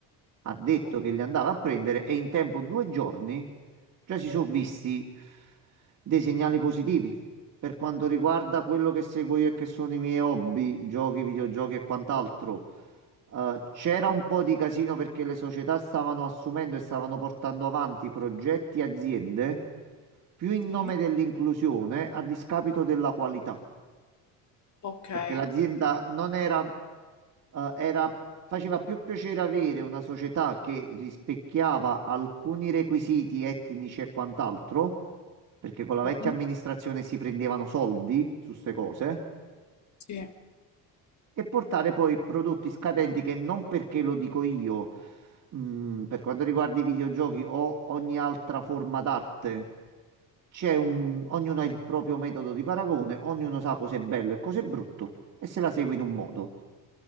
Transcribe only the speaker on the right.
Ha detto
che li andava a prendere e in tempo due giorni già si sono visti dei segnali positivi. Per quanto riguarda quello che seguo io e che sono i miei hobby, giochi, videogiochi e quant'altro. Eh, c'era un po' di casino perché le società stavano assumendo e stavano portando avanti progetti e aziende più in
nome dell'inclusione a discapito della qualità,
perché l'azienda non era, eh, era- faceva più piacere avere una società che rispecchiava alcuni requisiti etnici e quant'altro, perché con la
vecchia amministrazione si prendevano soldi su queste cose.
e portare poi prodotti scadenti che non perché lo dico io, mh, per quanto riguarda i videogiochi o ogni altra forma d'arte, c'è un, ognuno ha il proprio metodo di paragone, ognuno sa cos'è bello e cos'è brutto e se la segue in un modo.